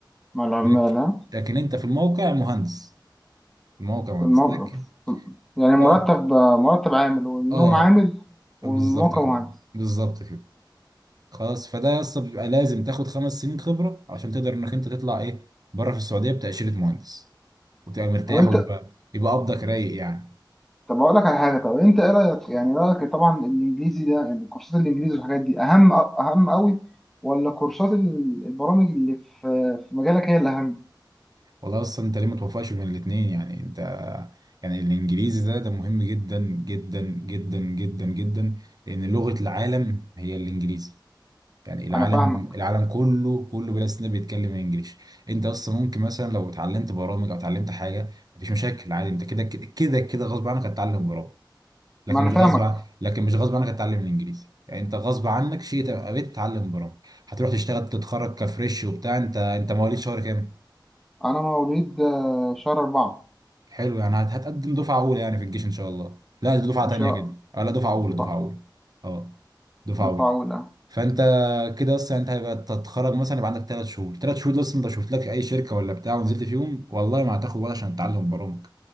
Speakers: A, in the centre; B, on the right.
A: مع العمال
B: لكن
A: ها
B: لكن انت في الموقع مهندس الموقع مهندس
A: المو...
B: لكن
A: يعني
B: اه
A: مرتب مرتب عامل والنوم
B: اه
A: عامل والموقع
B: بالظبط كده
A: عامل
B: بالظبط كده خلاص فده اصلا بيبقى لازم تاخد خمس سنين خبره عشان تقدر انك انت تطلع ايه بره في السعوديه بتاشيره مهندس وتبقى مرتاح
A: طب أنت
B: ويبقى يبقى قبضك رايق يعني
A: طب أقول لك على حاجة طب أنت إيه رأيك يعني رأيك طبعا الإنجليزي ده يعني كورسات الإنجليزي والحاجات دي أهم أهم أوي ولا كورسات ال- البرامج اللي في في مجالك هي اللي أهم
B: والله اصلا انت ليه ما توفقش بين الاثنين يعني انت يعني الانجليزي ده ده مهم جدا جدا جدا جدا جدا لان لغة العالم هي الانجليزي يعني العالم
A: أنا فاهمك
B: العالم كله كله بلا استثناء بيتكلم انجليش انت اصلا ممكن مثلا لو اتعلمت برامج او اتعلمت حاجة مفيش مشاكل عادي انت كده كده كده كده غصب عنك هتتعلم برامج لكن
A: ما أنا
B: مش
A: فاهمك
B: غصب عن... لكن مش غصب عنك هتتعلم الانجليزي يعني انت غصب عنك شيء تبقى بتتعلم برامج هتروح تشتغل تتخرج كفريش وبتاع انت انت مواليد شهر كام
A: أنا مواليد آه، شهر أربعة
B: حلو يعني هت- هتقدم دفعه اولى يعني في الجيش ان شاء الله لا دي دفعه
A: إن
B: تانيه
A: شاء
B: كده آه، لا دفعه اولى
A: الله
B: دفعه اولى اه دفعه
A: مفعولة
B: اولى فانت كده اصلا انت هيبقى تتخرج مثلا يبقى عندك ثلاث شهور ثلاث شهور ده اصلا انت شوف لك اي شركه ولا بتاع ونزلت فيهم والله ما هتاخد وقت عشان تتعلم برامج